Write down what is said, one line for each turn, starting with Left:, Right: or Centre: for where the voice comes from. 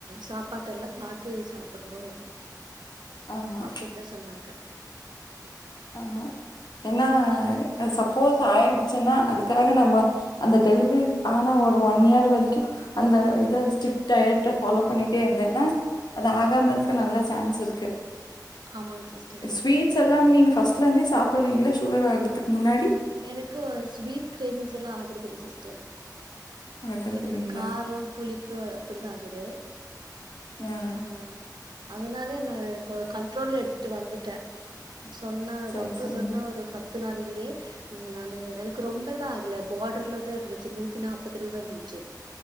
Right: சாப்பாட்டல்லா பாத்து சாப்புட்ணு
Left: ஆமா,
Right: அப்டின்தா சொன்னாங்க
Left: ஆமா என்னா
Right: நீ
Left: அ சப் போஸ் ஆயிடுச்சுன்னா அதுக்காக நம்ம அந்த டெலிவரி ஆன ஒரு ஒன் இயர் வரைக்கு அந்த இத ஸ்டிட் டயட்ட ஃபாலோ பண்ணிட்டே இருந்தேன்னா அது ஆகாம இருக்க நல்லா சான்ஸ் இருக்கு
Right: ஆமாங்க சிஸ்டர்
Left: ஸ்வீட்ஸ் எல்லாம் நீங்க ஃபஸ்ட்லேந்தே சாப்புர்றீங்கல்ல சுகர் ஆகற்துக் முன்னாடி
Right: எனக்கு ஒ ஸ்வீட் க்ரேவிங்ஸ் எல்லா ஆகுறது இல்ல சிஸ்டர்
Left: ஆகுறது
Right: எனக்கு
Left: இல்லைங்களா?
Right: காரோ புளிப்பு அப்டிதா ஆகுது
Left: ஙா
Right: ஆ அதனால என்ன கோ கண்ட்ரோல்ல எடுத்துட்டு வந்துட்டே சொன்ன
Left: சரி,
Right: டாக்டர்
Left: சரிங்க.
Right: சொன்ன ஒரு பத் து நாள்லயே ம் நானு எனக்கு ரொம்ப எல்லா ஆகல பார்டர்லதா இருந்துச்சு நூத்தி நாப்பதுலதா இருந்துச்சு